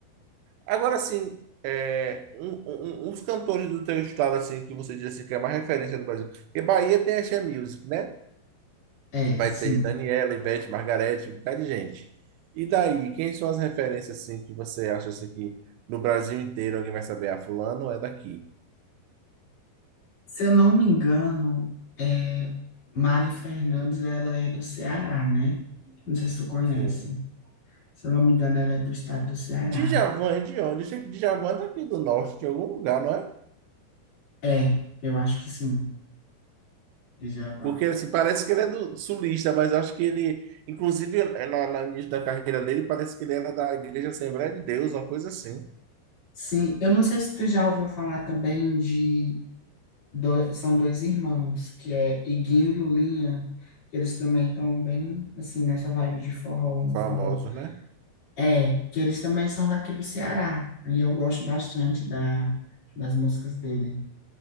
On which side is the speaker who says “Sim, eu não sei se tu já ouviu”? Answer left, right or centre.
Left